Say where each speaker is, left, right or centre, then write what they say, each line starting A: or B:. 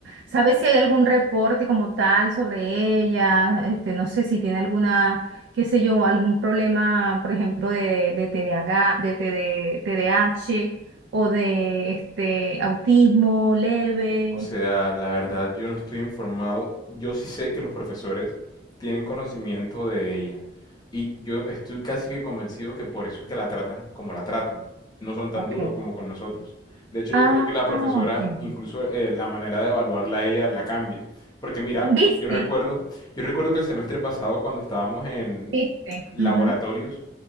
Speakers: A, on the right (about 85°); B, on the left (about 25°).
A: ¿Sabes si hay algún reporte como tal sobre ella? Este, no sé si tiene alguna, qué sé yo, algún problema, por ejemplo, de, de TDAH, de TD TDAH o de este autismo leve.
B: O sea, la verdad, yo no estoy informado. Yo sí sé que los profesores tienen conocimiento de ella. Y yo estoy casi que convencido que por eso es que la tratan como la tratan. No son tan
A: Ok.
B: duros como con nosotros. De hecho,
A: Ah,
B: yo creo que la profesora,
A: ah, ok.
B: incluso eh, la manera de evaluarla a ella la cambia. Porque mira,
A: ¿Viste?
B: yo recuerdo, yo recuerdo que el semestre pasado cuando estábamos en
A: ¿Viste?
B: laboratorios,
A: Ujú,